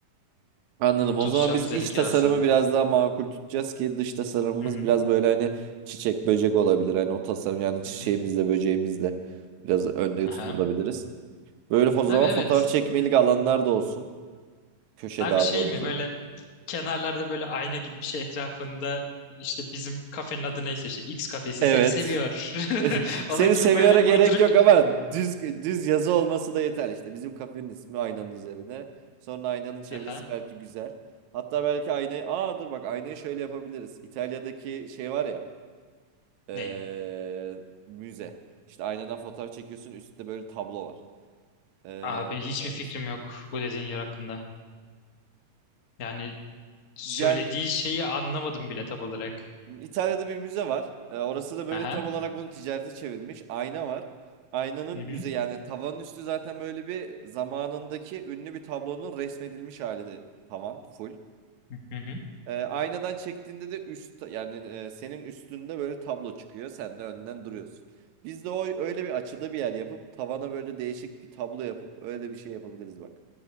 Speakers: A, on the right; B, on the left.
A: Anladım. O
B: Tutacağımız
A: zaman biz iç
B: yerin kirası.
A: tasarımı biraz daha makul tutacağız ki dış tasarımımız
B: Hı hı.
A: biraz böyle hani çiçek böcek olabilir. Hani o tasarım yani çiçeğimizle
B: Hı hı.
A: böceğimizle biraz önde
B: Aha.
A: tutulabiliriz. Böyle o zaman
B: Abi evet.
A: fotoğraf çekmelik alanlar da olsun. Köşe
B: Abi
A: daha
B: şey
A: doğrusu.
B: mi böyle kenarlarda böyle ayna gibi bir şey etrafında işte bizim kafenin adı neyse işte X kafesi
A: Evet.
B: seni seviyor.
A: <laughs>
B: <laughs> Onun
A: Seni
B: gibi
A: seviyora
B: böyle uyduruk
A: gerek yok ama düz düz yazı olması da yeter işte. Bizim kafenin ismi aynanın üzerine. Sonra aynanın çevresi
B: Aha.
A: belki güzel. Hatta belki aynayı... Aa dur bak aynayı şöyle yapabiliriz. İtalya'daki şey var ya. eee,
B: Ney?
A: müze. İşte aynadan fotoğraf çekiyorsun üstte böyle tablo var. Eee,
B: Abi hiçbir fikrim
A: işte,
B: yok bu dediğin yer hakkında. Yani söylediği
A: yani
B: şeyi anlamadım bile tam olarak.
A: İtalya'da bir müze var. E, orası da böyle
B: Aha.
A: tam olarak bunu ticarete çevirmiş. Ayna var. Aynanın
B: Hı
A: üze
B: hı.
A: yani tavanın üstü zaten böyle bir zamanındaki ünlü bir tablonun resmedilmiş hali tavan full.
B: Hı hı.
A: E, aynadan çektiğinde de üst yani e, senin üstünde böyle tablo çıkıyor. Sen de önden duruyorsun. Biz de o öyle bir açıda bir yer yapıp tavana böyle değişik bir tablo yapıp öyle bir şey yapabiliriz bak.